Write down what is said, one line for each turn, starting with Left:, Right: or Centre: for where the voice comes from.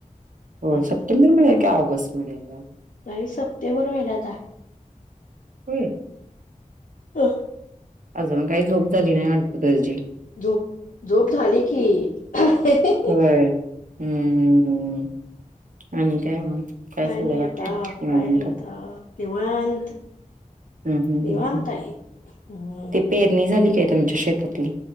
Right: हो.
Left: अजून
Right: सप्टेंबर मध्ये का ऑगस्ट मध्ये आल?
Left: नाही सप्टेंबर महिन्यात आहे.
Right: हम्म.
Left: अ
Right: अजून काही झोप झाली नाही वाटतं तुझी?
Left: झोप झोप झाली की. ही ही.
Right: होय. हम्म आणि काय मग? काय चाललंय
Left: नाही
Right: बाकी
Left: आता
Right: निवांत.
Left: काय नाही आता निवांत
Right: हम्म हम्म हम्म.
Left: निवांत आहे हम्म
Right: ते पेरणी झाली तुमच्या शेतातली?